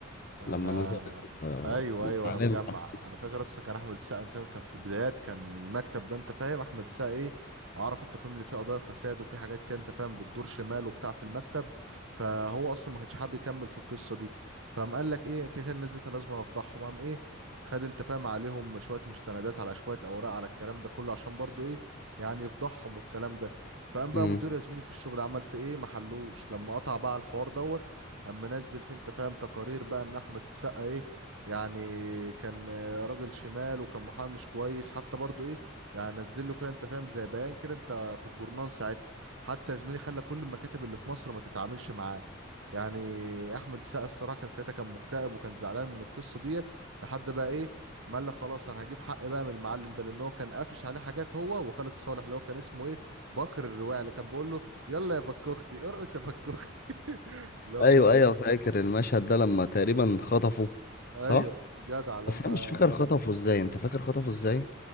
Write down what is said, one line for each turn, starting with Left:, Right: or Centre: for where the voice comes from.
Right: انا
Left: لما نزل ال-
Right: ايوه
Left: الاعلان
Right: ايوه انا مجمع
Left: بتاعه
Right: انا فاكر اصلا كان احمد السقا انت كان في البدايات كان المكتب ده انت فاهم احمد السقا ايه عرف انت فاهم اللي فيه قضايا فساد وفي حاجات كده انت فاهم بتدور شمال وبتاع في المكتب فهو اصلا ما كانش حابب يكمل في القصه دي فقام قال لك ايه كده كان نزلت لازم أنا افضحهم قام ايه خد انت فاهم عليهم شويه مستندات على شويه اوراق على الكلام ده كله عشان برضو ايه يعني يفضحهم والكلام ده فقام بقى
Left: مم.
Right: مدير يا زميلي في الشغل عمل في ايه محلوش لما قطع بقى الحوار دوت اما نزل في انت فاهم تقارير بقى ان احمد السقا ايه يعني كان آه، راجل شمال وكان محامي مش كويس حتى برضو ايه يعني نزل له كده انت فاهم زي بيان كده انت في الجورنان ساعتها حتى يا زميلي خلى كل المكاتب اللي في مصر ما تتعاملش معاه يعني احمد السقا الصراحه كان ساعتها كان مكتئب وكان زعلان من القصه ديت لحد بقى ايه ما قال لك خلاص انا هجيب حق بقى من المعلم ده لان هو كان قافش عليه حاجات هو وخالد صالح اللي هو كان اسمه ايه بكر الرواعي اللي كان بيقول له يلا يا بكوختي ارقص يا بكوختي <laughs> لما
Left: ايوه ايوه فاكر المشهد ده لما تقريبا خطفه
Right: ايوه
Left: صح
Right: جدع لما
Left: بس انا مش فاكر خطفه ازاي انت فاكر خطفه ازاي